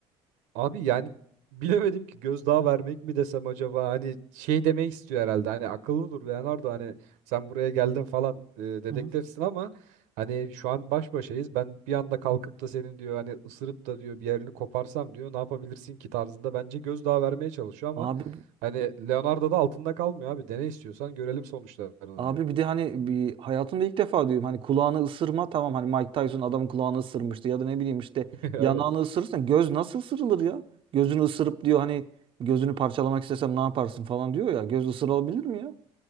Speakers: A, on the right; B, on the right.
A: Abi yani bilemedim ki gözdağı vermek mi desem acaba hani şey demek istiyor herhalde hani akıllı dur Leonardo hani sen buraya geldin falan e, dedektifsin
B: Hı hı.
A: ama hani şu an baş başayız ben bir anda kalkıp da senin diyor hani ısırıp da diyor bir yerini koparsam diyor ne yapabilirsin ki tarzında bence gözdağı vermeye çalışıyor ama
B: Abi
A: hani Leonardo da altında kalmıyor abi dene istiyorsan görelim sonuçlarını
B: Abi
A: diyor.
B: bir de hani bir hayatımda ilk defa diyorum hani kulağını ısırma tamam hani Mike Tyson adamın kulağını ısırmıştı ya da ne bileyim işte
A: <laughs> Evet.
B: yanağını ısırırsan göz nasıl ısırılır ya? Gözünü ısırıp diyor hani gözünü parçalamak istesem ne yaparsın falan diyor ya göz ısırılabilir mi ya?